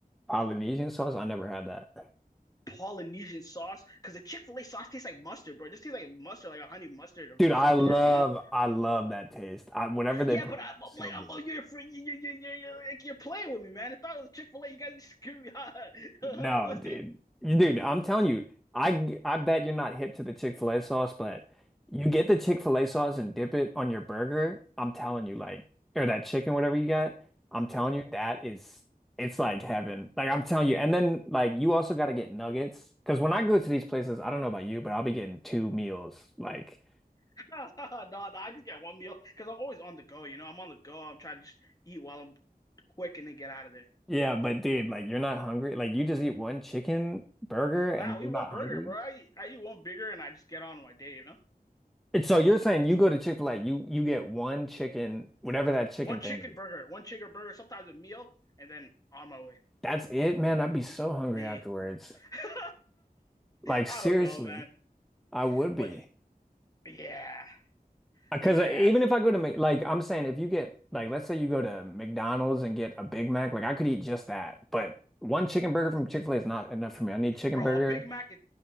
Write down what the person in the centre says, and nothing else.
Polynesian sauce? I never had that.
Dude, I
love,
I love that taste. I, whatever they
put
in,
that's
so
good.
No,
dude. You, dude, I'm telling you, I I bet you're not hip to the Chick-fil-A sauce, but you get the Chick-fil-A sauce and dip it on your burger. I'm telling you,
like, or that chicken, whatever you got, I'm telling
you, that is it's like heaven. Like I'm telling you. And then like you also gotta get nuggets. Cause when I go to
these places, I don't know about you, but I'll be getting two meals. Like,
yeah, but dude, like you're not hungry. Like you just eat one chicken burger and
you're
not
hungry.
And So you're saying you go to Chick-fil-A, you you get one chicken, whatever that chicken
thing
is.
That's it, man. I'd be so hungry
afterwards.
Like
seriously,
I would be.
Because
even if I go to Mc- like I'm saying, if you get like let's say you go to McDonald's and get a Big Mac, like I could eat just that. But one chicken burger from Chick-fil-A is not enough for me. I need chicken
burger,